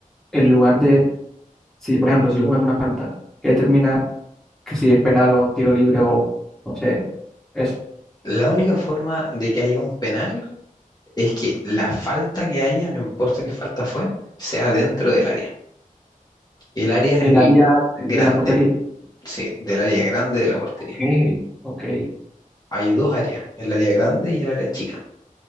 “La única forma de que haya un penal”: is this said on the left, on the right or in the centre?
Left